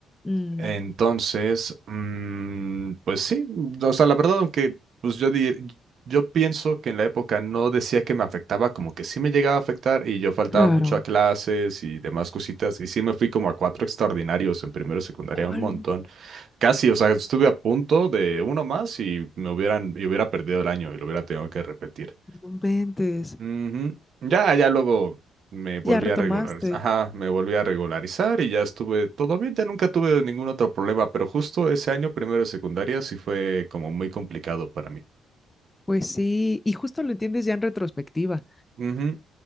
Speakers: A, on the left; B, on the right.
A: Mm,
B: Entonces, mm, pues sí, o sea, la verdad, aunque pues yo, dir- yo pienso que en la época no decía que me afectaba, como que sí me llegaba a afectar y yo faltaba
A: claro.
B: mucho a clases y demás cositas y sí me fui como a cuatro extraordinarios en primero y secundaria
A: Ay,
B: un montón, casi, o sea, estuve a punto de uno más y me hubieran, y hubiera perdido el año y lo hubiera tenido que repetir.
A: no inventes.
B: Ujú. Ya, ya luego me volví
A: Ya retomaste.
B: a regularizar. Ajá, me volví a regularizar y ya estuve todo bien, ya nunca tuve ningún otro problema, pero justo ese año, primero de secundaria, sí fue como muy complicado para mí.
A: Pues sí, y justo lo entiendes ya en retrospectiva.
B: Ujú.